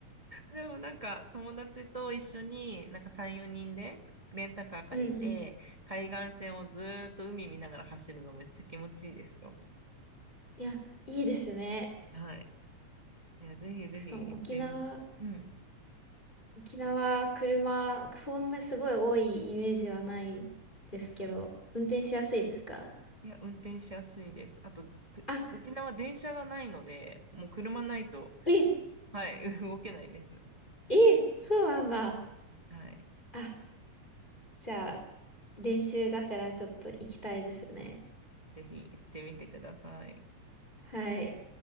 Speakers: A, on the right; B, on the left.
A: でもなんか友達と一緒になんか3、4人でレンタカー借りて海岸線をずーっと海見ながら走るのめっちゃ気持ちいいですよ。
B: <laughs> うんうん。いや、いいですね。
A: はい。いや、ぜひぜひ行ってみ、
B: しかも沖縄、
A: うん。
B: 沖縄、車、そんなすごい多いイメージはないですけど、運転しやすいですか
A: いや、運転しやすいです。あと、く沖縄電車がないので、
B: あ、
A: もう車ないと、
B: え、
A: はい、<laughs> 動けないです。
B: え、そうなんだ。
A: はい。
B: あじゃあ、練習がてらちょっと行きたいですね。
A: ぜひ行ってみてください。
B: はい。